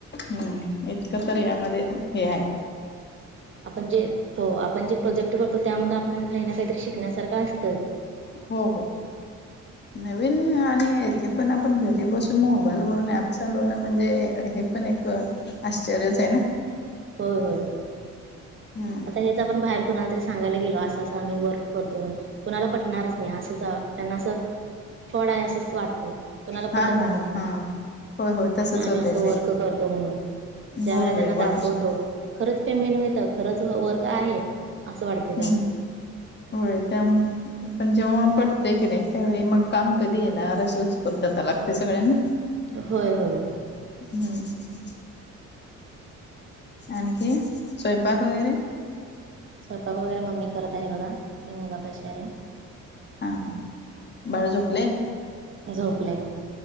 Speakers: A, on the left; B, on the right.
A: हम्म इतकं तर यामध्ये हे हाय
B: आपण जे हो आपण जे प्रोजेक्ट करतो त्यामध्ये आपल्याला काही ना काहीतरी शिकण्यासारखं असतंच,
A: हो हो
B: <inaudible>
A: नवीन आणि येथे पण आपण घरी बसून मोबाईलवरून ऍप चालवणं म्हणजे हे पण एक आश्चर्यच आहे ना
B: होय होय
A: हम!
B: आता हेच आपण बाहेर कोणाला तरी सांगायला गेलो असं अस‌ं आम्ही वर्क करतो म्हणून, कुणाला पटणारच नाही असं त्यांना असं फ्रॉड आहे असंच वाटतंय, कुणाला
A: हा
B: पटतच
A: हा
B: नाही
A: हा होय होय तसंच
B: आम्ही
A: होतय
B: असं वर्क
A: ते
B: करतो म्हणून
A: होय
B: ज्या वेळेला
A: होय
B: त्यांना
A: वाटू
B: दाखवतो
A: शकते
B: खरंच पेमेंट मिळतं खरंच वर्क आहे असं वाटते त्यांना
A: हम्म होय त्या पण जेव्हा पटतय की नाही त्यावेळी मग काम कधी येणार अशी उत्स्फूर्तता लागते सगळ्यांना
B: होय होय
A: हम्! आणि काय स्वयंपाक वगैरे
B: स्वयंपाक वगैरे मम्मी करत आहे बघा मी मुला पशी आहे.
A: हां हां बाळ झोपलय?
B: झोपलय